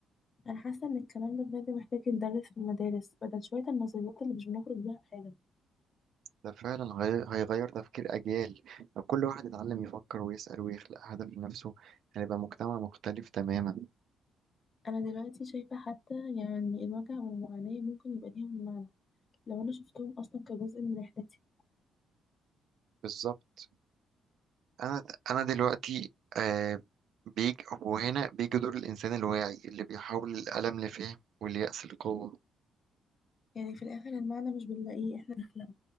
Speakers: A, on the left (about 40°); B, on the right (about 70°).
A: أنا حاسة إن الكلام ده بجد محتاج يتدرس في المدارس بدل شوية النظريات اللي مش بنخرج بيها بحاجة
B: ده فعلا هي- هيغير تفكير أجيال لو كل واحد يتعلم يفكر ويسأل ويخلق هدف لنفسه هنبقى مجتمع مختلف تماما
A: أنا دلوقتي شايفة حتى يعني الوجع والمعاناة ممكن يبقى ليهم معنى لو أنا شفتهم أصلا كجزء من رحلتي
B: بالظبط أنا أنا دلوقتي آه بيجي وهنا بيجي دور الإنسان الواعي اللي بيحول الألم لفهم واليأس لقوة
A: يعني في الآخر المعنى مش بنلاقيه إحنا